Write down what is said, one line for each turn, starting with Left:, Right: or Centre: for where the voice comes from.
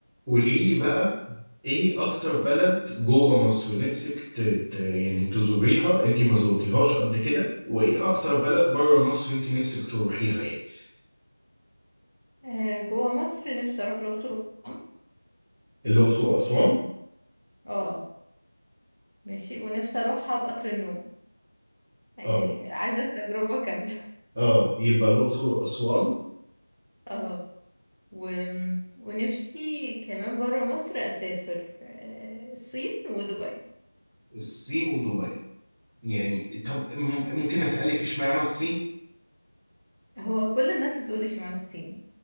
Centre: قولي لي بقى ايه اكتر بلد جوه مصر نفسك ت... ت... يعني تزوريها انت ما زورتيهاش قبل كده وايه اكتر بلد بره مصر انت نفسك تروحيها يعني
Left: آه، جوه مصر نفسي اروح الاقصر واسوان
Centre: الاقصر واسوان
Left: اه آه، ماشي ونفسي اروحها بقطر النوم يعني
Centre: اه
Left: عايزه التجربه كامله
Centre: اه يبقى الاقصر واسوان
Left: <laughs> اه و... ونفسي كمان بره مصر اسافر آه، الصين ودبي
Centre: الصين ودبي يعني طب م- ممكن اسالك اشمعنى الصين
Left: هو كل الناس بتقول اشمعنى الصين